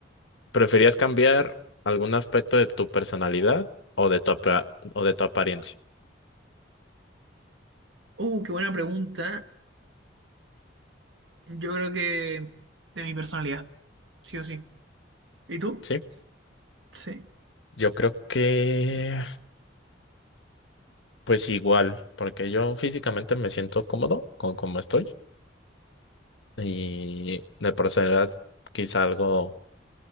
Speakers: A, on the left (about 80°); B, on the right (about 80°).
A: ¿preferías cambiar algún aspecto de tu personalidad o de tu, apa- o de tu apariencia?
B: Uh, qué buena pregunta. Yo creo que de mi personalidad, sí o sí. ¿Y tú?
A: Sí,
B: Sí.
A: yo creo que pues igual, porque yo físicamente me siento cómodo con cómo estoy y de personalidad quizá algo,